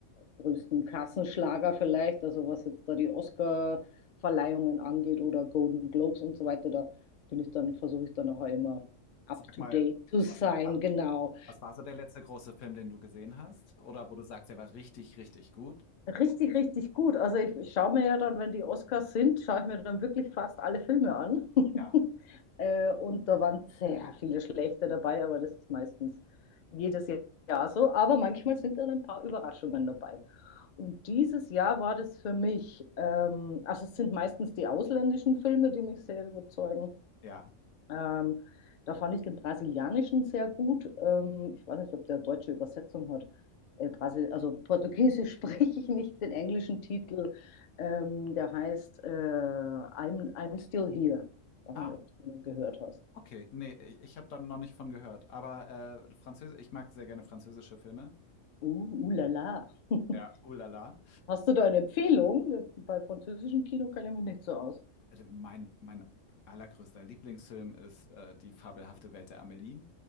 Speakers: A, on the left; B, on the left.
A: größten Kassenschlager vielleicht, also was jetzt da die Oscar-Verleihungen angeht oder Golden Globes und so weiter, da bin ich dann, versuche ich dann auch immer up
B: Sag
A: to
B: mal,
A: date zu sein,
B: wa-
A: genau.
B: was war so der letzte große Film, den du gesehen hast? Oder wo du sagst, der war richtig, richtig gut?
A: Richtig, richtig gut. Also ich, ich schaue mir ja dann, wenn die Oscars sind, schaue ich mir dann wirklich fast alle Filme an. <laughs>
B: Ja.
A: äh, und da waren sehr viele schlechte dabei, aber das ist meistens jedes Jahr so. Aber manchmal sind dann ein paar Überraschungen dabei. Und dieses Jahr war das für mich, ähm, also es sind meistens die ausländischen Filme, die mich sehr überzeugen.
B: Ja.
A: Ähm, da fand ich den brasilianischen sehr gut. Ähm, ich weiß nicht, ob der deutsche Übersetzung hat. Äh, Brasil also Portugiesisch <laughs> spreche ich nicht, den englischen Titel. Ähm, der heißt äh, I'm, I'm Still Here. Ich weiß
B: Ah,
A: nicht, ob du den gehört hast.
B: okay. Nee, ich habe da noch nicht von gehört. Aber äh, Französisch, ich mag sehr gerne französische Filme.
A: Uh, uh la la. <laughs>
B: Ja, ulala.
A: Hast du da eine Empfehlung? Bei französischem Kino kenne ich mich nicht so aus.
B: Also Mein, mein allergrößter Lieblingsfilm ist äh, Die fabelhafte Welt der Amelie.